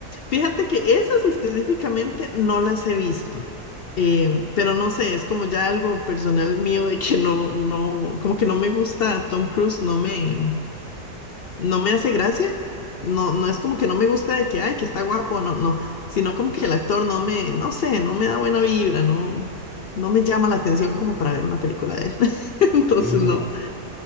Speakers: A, on the left; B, in the centre.
A: Fíjate que esas específicamente no las he visto, eh, pero no sé, es como ya algo personal mío de que no, no, como que no me gusta Tom Cruise, no me, no me hace gracia. No, no es como que no me gusta de que, ay, que está guapo, no, no, sino como que el actor no me, no sé, no me da buena vibra, no, no me llama la atención como para ver una película de él. <laughs> Entonces,
B: Sí, sí,
A: no.
B: pasan.